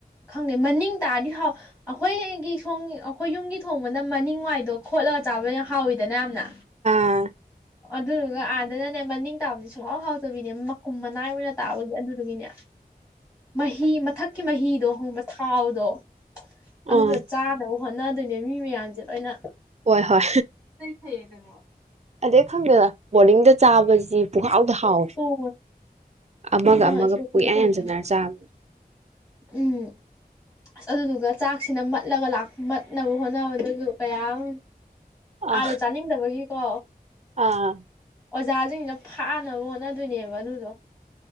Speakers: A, on the left; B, on the right.
A: ꯈꯪꯗꯦ ꯃꯅꯤꯡ ꯇꯥꯔꯗꯤ ꯍꯥꯎ ꯑꯩꯈꯣꯏꯒꯤ ꯁꯣꯝꯒꯤ ꯑꯩꯈꯣꯏ ꯌꯨꯝꯒꯤ ꯊꯣꯡꯕꯅ ꯃꯅꯤꯡ ꯋꯥꯏꯗꯣ ꯈꯣꯠꯂꯒ ꯆꯥꯕꯗ ꯌꯥꯝ ꯍꯥꯎꯋꯤꯗꯅ ꯌꯥꯝꯅ
B: ꯑ
A: ꯑꯗꯨꯗꯨꯒ ꯑꯥꯗꯅꯅꯦ ꯃꯅꯤꯡ ꯇꯥꯕꯁꯤ ꯁꯨꯡꯍꯥꯎ ꯍꯥꯎꯖꯕꯤꯅꯦ ꯃꯀꯨꯝ ꯃꯅꯥꯏ ꯑꯣꯏꯅ ꯇꯥꯕꯒꯤ ꯑꯗꯨꯗꯨꯒꯤꯅꯦ ꯃꯍꯤ ꯃꯊꯛ ꯀꯤ ꯃꯍꯤꯗꯣ ꯍꯪꯕ ꯊꯥꯎꯗꯣ
B: ꯎꯝ
A: ꯑꯗꯨꯗ ꯆꯥꯅꯕ ꯍꯣꯠꯅꯗꯨꯏꯅꯦ ꯃꯤ ꯃꯌꯥꯝꯁꯦ ꯂꯣꯏꯅ
B: ꯍꯣꯏ ꯍꯣꯏ
A: ꯍꯌꯦꯡ ꯀꯩꯅꯣ
B: ꯑꯗꯩ ꯈꯧꯏꯒ ꯕꯣꯔꯗꯤꯡꯗ ꯆꯥꯕꯁꯤ ꯁꯤ ꯄꯨꯡꯍꯥꯎꯗ ꯍꯥꯎꯋꯦ
A: ꯊꯣꯡꯉ
B: ꯑꯃꯒ
A: ꯑꯥ
B: ꯑꯃꯒ
A: ꯏꯁꯄꯣꯔꯠꯁꯨꯗ
B: ꯄꯨꯌꯥꯟ
A: ꯇꯧꯗꯣꯏꯅꯦ
B: ꯌꯥꯟꯁꯤꯟꯅꯔ ꯆꯥꯕ
A: ꯎꯝ ꯑꯁ ꯑꯗꯨꯗꯨꯒ ꯆꯥꯛꯁꯤꯅ ꯃꯠꯂꯒ ꯂꯥꯛ ꯃꯠꯅꯕ ꯍꯣꯠꯅꯕꯗꯖꯨ ꯀꯌꯥꯝ
B: ꯑ
A: ꯑꯥꯗ ꯆꯥꯅꯤꯡꯗꯕꯒꯤꯀꯣ
B: ꯑꯥ
A: ꯑꯣꯖꯥꯖꯤꯡꯅ ꯊꯥꯅꯕ ꯍꯣꯠꯅꯗꯣꯏꯅꯦꯕ ꯑꯗꯨꯗꯣ